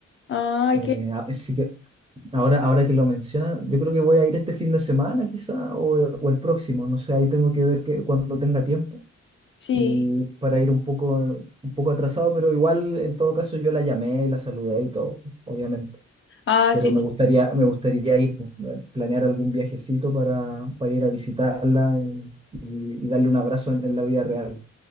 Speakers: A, on the left; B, on the right.
A: Ay,
B: Eh,
A: que
B: a- así que ahora, ahora que lo menciona, yo creo que voy a ir este fin de semana quizá o, eh, o el próximo, no sé, ahí tengo que ver que, cuando tenga tiempo
A: sí.
B: y para ir un poco, un poco atrasado, pero igual en todo caso yo la llamé y la saludé y todo, obviamente.
A: Ah,
B: Pero
A: sí.
B: me gustaría, me gustaría ir, pues, eh, planear algún viajecito para, para ir a visitarla eh, y, y darle un abrazo en en la vida real.